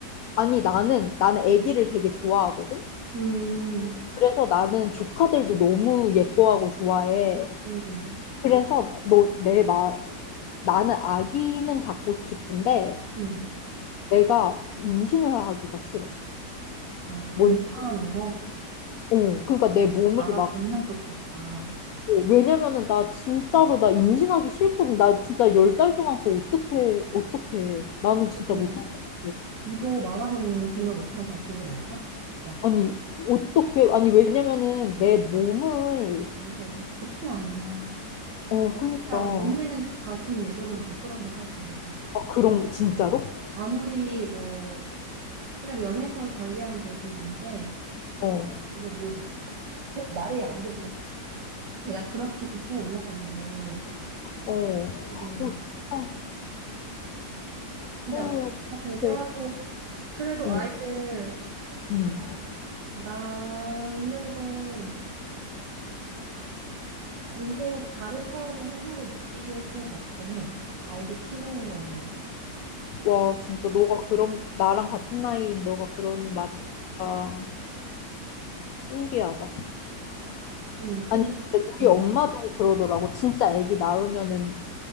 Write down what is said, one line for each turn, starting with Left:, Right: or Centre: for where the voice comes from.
Left: 아니, 나는, 나는 아기를 되게 좋아하거든?
Right: 음,
Left: 그래서 나는 조카들도 너무 예뻐하고 좋아해.
Right: 음, 음,
Left: 그래서 너, 내 마, 나는 아기는 갖고 싶은데,
Right: 음.
Left: 내가 임신을 하기가 싫어.
Right: 아,
Left: 뭔지,
Right: 몸 상하는 거?
Left: 어, 그러니까 내 몸을
Right: 나랑
Left: 막,
Right: 정말 똑같다.
Left: 어, 왜냐면은 나 진짜로 나 임신하기 싫거든. 나 진짜 열 달 동안 그거 어떻게, 어떻게. 나는 진짜
Right: 근데
Left: 못할 것 같아.
Right: 이거 말하면은 공감 못하는 사람 되게 많다? 막,
Left: 아니, 어떻게, 아니, 왜냐면은 내 몸을,
Right: 맞아. 보통 아니야.
Left: 어, 그니까.
Right: 그냥 몸매는 다신 예전으로 못 돌아간다 생각하면 돼.
Left: 아, 그런, 진짜로?
Right: 아무리 뭐 그래, 뭐 연예인처럼 관리하면 될 수는 있는데,
Left: 어,
Right: 근데 뭐, 말이 안 되지. 배가 그렇게 부풀어 올랐었는데,
Left: 어,
Right: 그게,
Left: 어, 진짜,
Right: 근데
Left: 어
Right: 어쨌든 그거 배제하고,
Left: 네,
Right: 그래도
Left: 응,
Right: 아이를
Left: 응.
Right: 낳는 건 인생에서 다른 차원의 행복을 느끼게 해주는 것 같긴 해. 아이를 키우는 거는.
Left: 와, 진짜 너가 그런, 나랑 같은 나이인 너가 그런 말을 하니까 신기하다.
Right: 음,
Left: 아니,
Right: 근데,
Left: 근데 우리
Right: 음,
Left: 엄마도 그러더라고. 진짜 아기 낳으면은